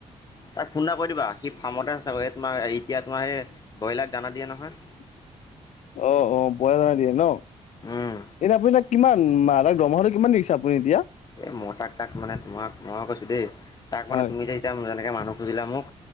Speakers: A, on the left; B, on the left.
A: তাক ফোন এটা কৰি দিবা সি ফাৰ্মতে আছে তোমাৰ এতিয়া তোমাৰ সেই ব্ৰ'ইলাৰক দানা দিয়ে নহয়।
B: <inaudible> অ অ ব দানা দিয়ে ন
A: উম
B: এনে আপুনি তাক কিমান মাহ তাক দৰমহাটো কিমান দিছে আপুনি এতিয়া
A: এ মই তাক তাক মানে তোমাক মই কৈছো দেই তাক মানে
B: হয়
A: তুমি যে এতিয়া যেনেকে এ মানুহ খুজিলে মোক